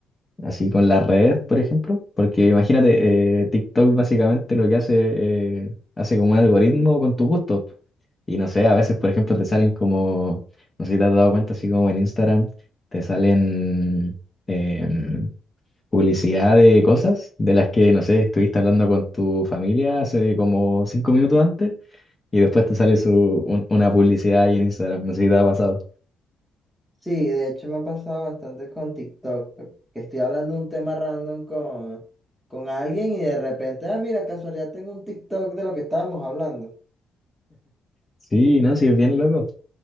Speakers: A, on the left; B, in the centre.
A: así con las redes, por ejemplo. Porque imagínate, eh, TikTok básicamente lo que hace, eh, hace como un algoritmo con tu gusto. Y no sé, a veces, por ejemplo, te salen como, no sé si te has dado cuenta, así como en Instagram, te salen... em, publicidad de cosas de las que, no sé, estuviste hablando con tu familia hace como cinco minutos antes y después te sale su, un- una publicidad ahí en Instagram, no sé si te ha pasado.
B: Sí, de hecho me ha pasado bastante con TikTok, que estoy hablando de un tema random con, con alguien y de repente, ah, mira, casualidad tengo un TikTok de lo que estábamos hablando.
A: Sí, no, sí, es
B: Sí,
A: bien loco.